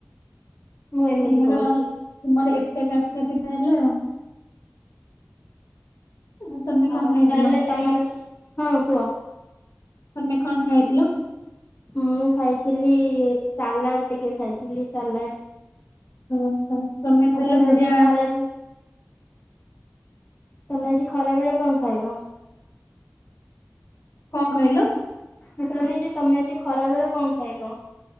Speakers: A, on the left (about 30°); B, on the left (about 85°).
A: ମୁଁ ଏମିତି
B: ତୁମର
A: କରୁଛି
B: ତୁମର ଏତେ ବାର୍ସବଧା ହେଲେ ଆଉ ଆଉ ତମେ କଣ
A: ଆଉ
B: ଖାଇଥିଲ
A: ତାହେଲେ ତମର ହଁ କୁହ।
B: ତମେ କଣ ଖାଇଥିଲ?
A: ମୁଁ ଖାଇଥିଲି ସାଲାଡ଼ ଟିକେ ଖାଇଥିଲି ସାଲାଡ।
B: ଓହୋ ତମେ ତାହେଲେ
A: ଆ ତମର
B: ବଢିଆ
A: ଆଜି ଖରା ତମେ ଆଜି ଖରା ବେଳେ କଣ ଖାଇବ?
B: କଣ କହିଲ?
A: ମୁଁ କହିଲି ଯେ ତମେ ଆଜି ଖରା ବେଳେ କଣ ଖାଇବ?